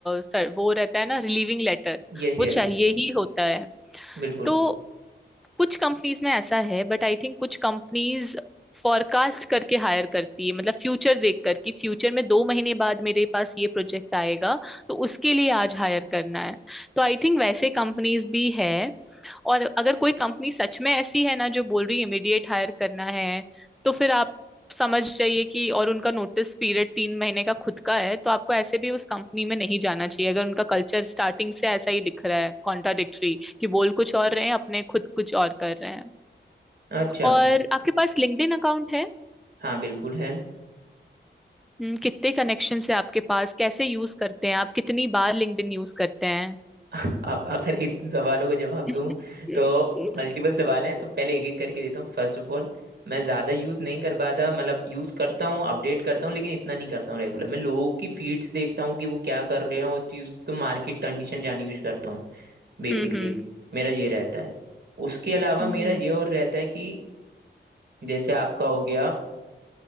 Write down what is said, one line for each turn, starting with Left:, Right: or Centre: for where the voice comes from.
Centre: सर वो रहता है ना रिलीविंग लेटर
Right: Yes yes
Centre: वो चाहिए ही होता है
Right: बिल्कुल
Centre: तो कुछ कंपनीज में ऐसा है बट आई थिंक कुछ कंपनीज फॉरकास्ट करके हायर करती है मतलब फ्यूचर देखकर कि फ्यूचर में दो महीने बाद मेरे पास ये प्रोजेक्ट आएगा तो उसके लिए आज हायर करना है तो आई थिंक वैसे कंपनीज भी है और अगर कोई कंपनी सच में ऐसी है ना जो बोल रही है इमीडिएट हायर करना है तो फिर आप समझ जाइए कि और उनका नोटिस पीरियड तीन महीने का खुद का है तो आपको ऐसे भी उस कंपनी में नहीं जाना चाहिए अगर उनका कल्चर स्टार्टिंग से ऐसा ही दिख रहा है कॉन्ट्राडिक्टरी कि बोल कुछ और रहे हैं अपने खुद कुछ और कर रहे हैं
Right: अच्छा
Centre: और आपके पास लिंक्डइन अकाउंट है
Right: हाँ बिल्कुल है
Centre: हम्म, कितने कनेक्शन है आपके पास कैसे यूज करते हैं आप कितनी बार लिंक्डइन यूज करते हैं
Right: अब अगर इन सवालों का जवाब
Centre: <laughs>
Right: दूं तो
Centre: हम्म
Right: मल्टीपल सवाल हैं तो पहले एक एक करके देता हूँ फर्स्ट ऑफ ऑल मैं ज्यादा यूज नहीं कर पाता मतलब यूज करता हूँ अपडेट करता हूँ लेकिन इतना नहीं करता हूँ रेगुलर मैं लोगों की फीड्स देखता हूँ कि वो क्या कर रहे हैं और चीज को मार्केट कंडीशन जाने यूज करता हूँ बेसिकली
Centre: हम्म
Right: मेरा ये रहता है उसके अलावा
Centre: हम्म
Right: मेरा ये और रहता है कि जैसे आपका हो गया अ,